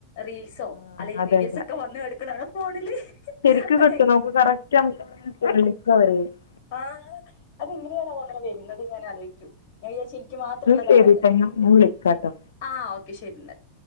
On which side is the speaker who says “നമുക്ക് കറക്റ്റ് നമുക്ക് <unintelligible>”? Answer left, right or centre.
Left